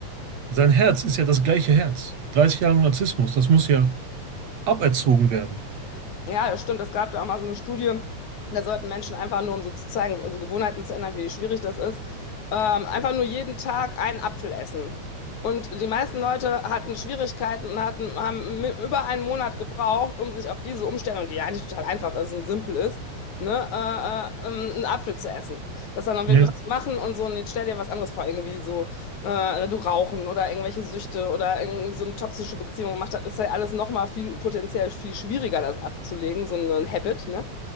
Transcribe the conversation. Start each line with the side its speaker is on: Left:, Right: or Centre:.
Right: Sein Herz ist ja das gleiche Herz. 30 Jahre Narzissmus, das muss ja aberzogen werden.
Left: Ja, das stimmt. Es gab da auch mal so eine Studie, da sollten Menschen einfach nur, um so zu zeigen, so Gewohnheiten zu ändern, wie schwierig das ist, ähm, einfach nur jeden Tag einen Apfel essen. Und die meisten Leute hatten Schwierigkeiten und hatten, haben mi- über einen Monat gebraucht, um sich auf diese Umstellung, die ja eigentlich total einfach ist und simpel ist, ne, äh, äh, ähm, einen Apfel zu essen. Das dann auch
Right: Ja,
Left: wirklich zu machen und so, und jetzt stell dir was anderes vor, irgendwie so äh, du Rauchen oder irgendwelche Süchte oder irgendwie so eine toxische Beziehung macht, das ist ja alles nochmal viel potenziell viel schwieriger, das abzulegen, so ein Habit, ne?